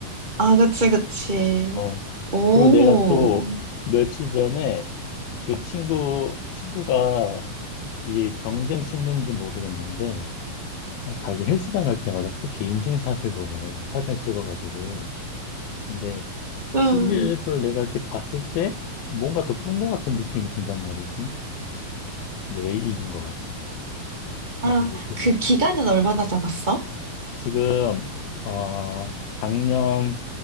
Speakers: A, on the right; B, on the left.
A: 아 그치 그치.
B: 어,
A: 오.
B: 그리고 내가 또 며칠 전에 그 친구, 친구가 이 경쟁 심리인지 모르겠는데, 어, 자기 헬스장 갈 때마다 또 개인증 사진 보내. 사진을 찍어가지고. 근데
A: 응.
B: 실내에서 내가 이렇게 봤을 때 뭔가 더 뿐 것 같은 느낌이 든단 말이지. 내가 이긴 것 같아.
A: 아
B: 아주 느낌이
A: 그
B: 좋아.
A: 기간은 얼마나 잡았어?
B: 지금, 어, 작년